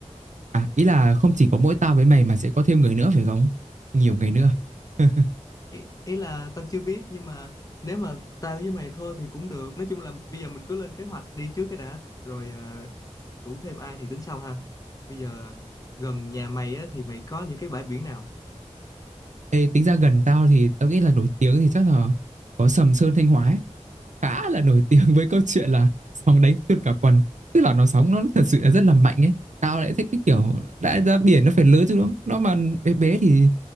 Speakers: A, on the right; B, on the left.
A: À, ý là không chỉ có mỗi tao với mày mà sẽ có thêm người nữa phải không? Nhiều người nữa. <laughs>
B: ý, ý là tao chưa biết nhưng mà nếu mà tao với mày thôi thì cũng được nói chung là bây giờ mình cứ lên kế hoạch đi trước cái đã rồi ờ, rủ thêm ai thì tính sau ha bây giờ gần nhà mày á thì mày có những cái bãi biển nào
A: Ê, tính ra gần tao thì tao nghĩ là nổi tiếng thì chắc là có Sầm Sơn Thanh Hóa ấy. khá là nổi tiếng với câu chuyện là sóng đánh tuôn cả quần tức là nó sóng nó thật sự là rất là mạnh ấy tao lại thích cái kiểu đã ra biển nó phải lớn chứ đúng không nó mà bé bé thì